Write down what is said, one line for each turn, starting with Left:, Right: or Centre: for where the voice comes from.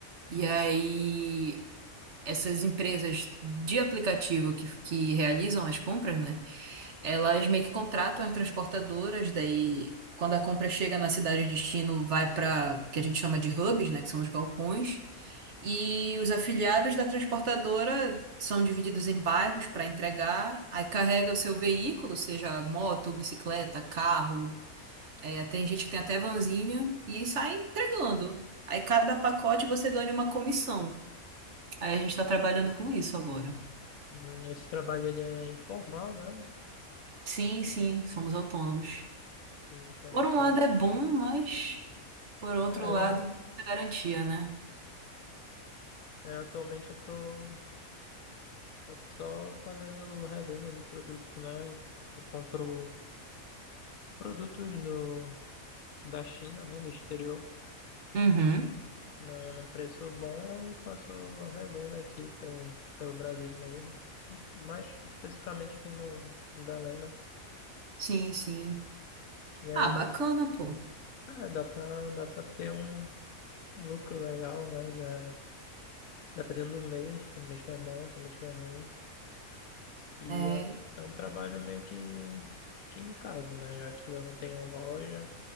Right: e aí essas empresas de aplicativo que, que realizam as compras, né? Elas meio que contratam as transportadoras, daí quando a compra chega na cidade de destino, vai para que a gente chama de hubs, né? Que são os balcões, e os afiliados da transportadora são divididos em bairros para entregar, aí carrega o seu veículo, seja moto, bicicleta, carro é, tem gente que tem até vanzinha e sai entregando. Aí cada pacote você ganha uma comissão. Aí a gente tá trabalhando com isso agora.
Left: Hum, Esse trabalho, ele é informal, né?
Right: Sim, sim, somos autônomos.
Left: Interessante.
Right: Por um lado é bom, mas por outro
Left: É,
Right: lado,
Left: né?
Right: é garantia, né?
Left: É, atualmente eu tô, eu tô só fazendo revenda de produtos, né? Eu, eu compro produtos do, da China, né? Do exterior,
Right: Uhum.
Left: num, num preço bom e faço a revenda aqui pe- pelo Brasil mesmo. Mais especificamente aqui no, no Belém, né?
Right: Sim, sim.
Left: E aí
Right: Ah, bacana, pô.
Left: Ah, dá pra, dá pra ter um um lucro legal, né? Já, dependendo do mês, tem mês que é bom, tem mês que é ruim. E
Right: É,
Left: é um, é um trabalho meio que, que em casa, né? Já que eu não tenho loja,